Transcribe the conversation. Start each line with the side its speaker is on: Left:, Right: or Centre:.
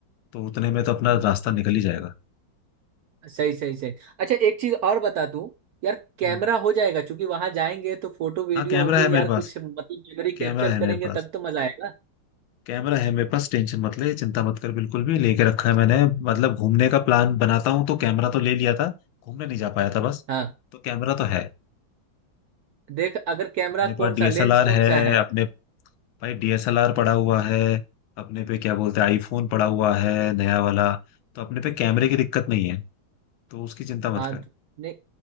Left: तो उतने में तो अपना रास्ता निकल ही जाएगा
Right: सही सही सही अच्छा एक चीज और बता तू यार कैमरा
Left: हाँ
Right: हो जाएगा क्योंकि वहां जाएंगे तो फोटो वीडियो
Left: हाँ कैमरा
Right: होगी
Left: है मेरे
Right: यार
Left: पास
Right: कुछ मतलब मेमोरी
Left: कैमरा
Right: कैप्चर
Left: है मेरे
Right: करेंगे
Left: पास
Right: तब तो मजा आएगा
Left: कैमरा है मेरे पास टेंशन मत ले चिंता मत कर बिल्कुल भी लेके रखा है मैंने मतलब घूमने का प्लान बनाता हूँ तो कैमरा तो ले लिया था घूमने नहीं जा पाया था बस
Right: हाँ
Left: तो कैमरा तो है
Right: देख अगर कैमरा
Left: अपने पास
Right: कौन
Left: डीएसएलआर
Right: सा लेंस
Left: है
Right: कौन सा है
Left: अपने भाई डीएसएलआर पड़ा हुआ है अपने पे क्या बोलते हैं आईफोन पड़ा हुआ है नया वाला तो अपने पे कैमरे की दिक्कत नहीं है तो उसकी चिंता
Right: हाँ
Left: मत कर
Right: तो- नहीं